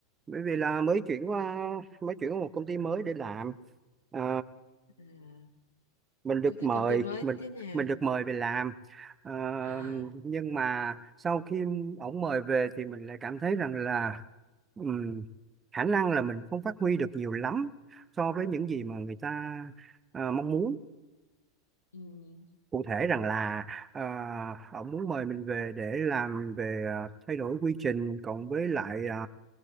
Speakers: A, on the right; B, on the left.
A: Bởi vì là mới
B: không,
A: chuyển qua mới chuyển qua một công ty mới để làm. Ờ,
B: à,
A: mình được
B: cứ thế
A: mời
B: công ty mới
A: mình
B: thế nào?
A: mình được mời về làm. Ờ,
B: À,
A: nhưng mà sau khi ổng mời về thì mình lại cảm thấy rằng là ừm, khả năng là mình không phát huy được nhiều lắm so với những gì mà người ta ờ, mong muốn
B: um,
A: cụ thể rằng là uh, ông muốn mời mình về để làm về ờ, thay đổi quy trình cộng với lại ờ,